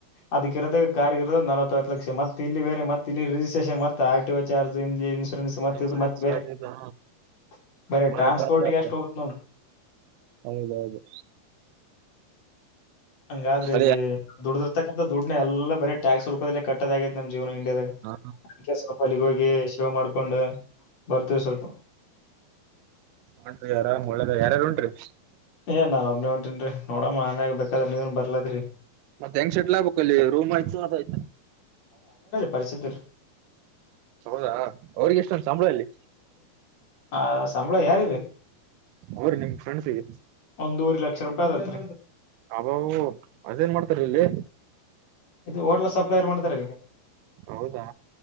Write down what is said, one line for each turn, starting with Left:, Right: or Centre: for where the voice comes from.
Left: ಅದಕ್ಕಿರದ ಕಾರರಿಗಿರದ ನಲತ್ ಲಕ್ಷ ಮತ್ತೆ ಇಲ್ಲಿ ಬೇರೆ ಮತ್ತ್ ಇಲ್ಲಿ ರಿಸ್ಟ್ರೇಷನ್ ಮತ್ತ್ ಆರ್ ಟಿ ಓ ಚಾರ್ಜ್ ಇಲ್ಲಿ ಮತ್ತ್
Right: ಇನ್ಸೂರೆನ್ಸ್
Left: ಮತ್ತೆ ಬೇರೆ
Right: ಅದು ಇದು
Left: <inaudible> ಬರೆ
Right: ಬಾಳ
Left: ಟ್ರಾನ್ಸ್ಪೋರ್ಟ್ಗೆ
Right: ಕಾಸ್ಟ್ಲಿ ಆಗ್ತದೆ
Left: ಎಷ್ಟು ಹೋಗುತ್ತೆ ನೋಡು
Right: ಹೌದೌದು
Left: ಹಂಗಾದ್ರೆ
Right: ಅದೇ
Left: ಇಲ್ಲಿ ದುಡ್ಡಿರ್ತಾಕಂತ ದುಡ್ನೆ ಎಲ್ಲ ಬರೀ ಟ್ಯಾಕ್ಸ್ ರೂಪಾಯಿದಲ್ಲ ಕಟ್ಟದ್ ಆಗೈತಿ ನಮ್ದ ಜೀವನ ಇಂಡಿಯಾಗ <inaudible>
Right: ಹಾ
Left: ಅದಿಕೆ ಸ್ವಲ್ಪ ಅಲ್ಲಿಗೇ ಹೋಗಿ ಸೇವ್ ಮಾಡ್ ಮಾಡ್ಕೊಂಡ ಬರ್ತೀವಿ ಸ್ವಲ್ಪ
Right: <unintelligible> ಅರಾಮ್ ಒಳ್ಳೇದ ಯಾರ್ಯಾರು ಉಂಟ್ರಿ
Left: ಹೇ ನಾ ಒಬ್ನನೆ ಹೊಂಟೀನ್ರಿ ನೋಡಮ್ಮ ಆಮ್ಯಾಗ ಬೇಕಾದ್ರ ನೀವನ್ ಬರ್ಲದ್ರಿ
Right: ಮತ್ತ್ ಹೆಂಗೆ ಸೆಟ್ಲ್ ಆಗ್ಬೇಕ್ ಅಲ್ಲಿ ರೂಮ್ ಆಯ್ತು ಅದಾಯ್ತು
Left: ಪರಿಸಿದ್ಧ
Right: ಹೌದಾ ಅವ್ರಿಗೆ ಎಷ್ಟೊಂದ್ ಸಂಬಳ ಅಲ್ಲಿ
Left: ಹ ಸಂಬಳ ಯಾರ
Right: ಅವ್ರ ನಿಮ್ ಫ್ರೆಂಡ್ಸಿಗೆ
Left: ಒಂದೂರಿ ಲಕ್ಷ ರೂಪಾಯಿ ಅದತ್
Right: ಹಬಾವು ಮದ್ೇನ್ ಮಾಡ್ತಾರ ಇಲ್ಲಿ
Left: ಇದು ಹೋಟ್ಲ ಸಪ್ಲರ್ ಮಾಡ್ತಾರ
Right: ಹೌದಾ